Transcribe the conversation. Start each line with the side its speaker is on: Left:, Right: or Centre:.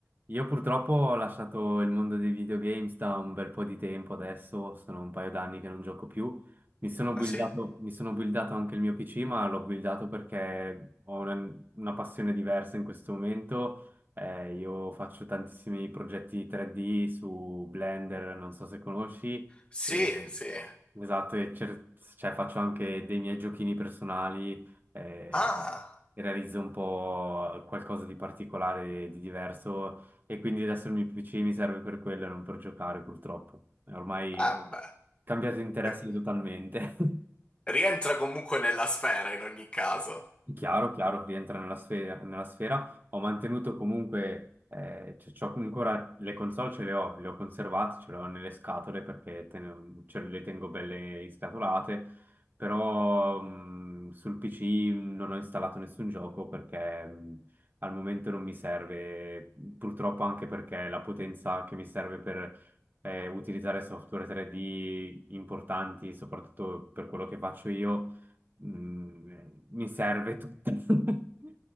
Right: io purtroppo ho lasciato il mondo dei videogames da un bel po' di tempo adesso, sono un paio d'anni che non gioco più. Mi sono buildato,
Left: Ah sì?
Right: mi sono buildato anche il mio PC, ma l'ho buildato perché ho una, una passione diversa in questo momento. Eh, io faccio tantissimi progetti 3D su Blender, non so se conosci,
Left: Sì,
Right: e,
Left: sì.
Right: esatto, e cer- cioè, faccio anche dei miei giochini personali. eh,
Left: Ah,
Right: realizzo un po' qualcosa di particolare, di diverso e quindi adesso il mio PC mi serve per quello e non per giocare purtroppo. È ormai
Left: ah, beh,
Right: cambiato interesse
Left: beh,
Right: totalmente. <laughs>
Left: rientra comunque nella sfera in ogni caso.
Right: Sì, Chiaro, chiaro, rientra nella sfera, nella sfera. Ho mantenuto comunque, eh, c- c'ho ancora le console, ce le ho, le ho conservate, ce le ho nelle scatole perché te ne- ce le tengo belle iscatolate, però mh, sul PC non ho installato nessun gioco perché mh, al momento non mi serve, purtroppo anche perché la potenza che mi serve per eh, utilizzare software 3D importanti, soprattutto per quello che faccio io Mm, mi serve tutto. <laughs>